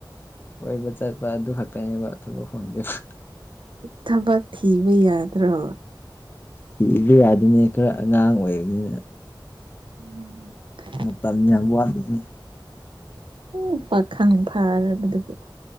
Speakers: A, on the left; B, on the right.
A: ꯀꯣꯏꯕ ꯆꯠꯄ ꯑꯗꯨ ꯈꯛꯇꯅꯦꯕ ꯊꯕꯛ ꯐꯪꯗꯦꯕ
B: ꯊꯕꯛ ꯊꯤꯕ ꯌꯥꯗ꯭ꯔꯣ
A: ꯊꯤꯕ ꯌꯥꯗꯦꯅꯦ ꯈꯔ ꯑꯉꯥꯡ ꯑꯣꯏꯕꯅꯤꯅ
B: <unintelligible>
A: ꯃꯇꯝ ꯌꯥꯝ ꯋꯥꯠꯂꯤꯅꯦ
B: ꯎ ꯄꯥꯛꯈꯪ ꯐꯥꯔꯕꯗꯨꯕꯨ